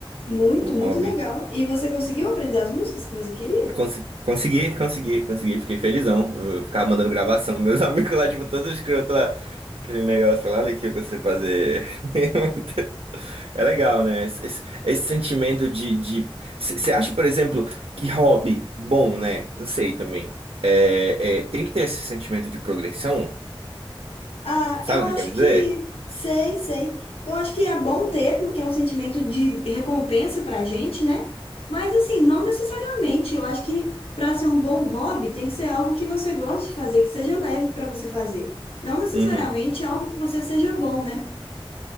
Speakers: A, on the left; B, on the right.
A: Muito,
B: Um hobby.
A: muito legal. E você conseguiu aprender as músicas que você queria?
B: Conse- consegui, consegui, consegui. Fiquei felizão. Eu ficava mandando gravação. Meus <laughs> amigos lá, tipo, todos escrotos lá. Aquele negócio lá, olha aqui o que eu sei fazer. <laughs> É legal, né? Esse, esse- esse sentimento de, de... Você acha, por exemplo, que hobby bom, né? Não sei também. É, é, tem que ter esse sentimento de progressão.
A: Ah,
B: Sabe
A: eu
B: o que
A: acho
B: eu quero dizer?
A: que sei, sei. Eu acho que é bom ter, porque é um sentimento de recompensa pra gente, né? Mas assim, não necessariamente. Eu acho que para ser um bom hobby, tem que ser algo que você goste de fazer, que seja leve para você fazer. Não necessariamente
B: Uhum.
A: algo que você seja bom, né?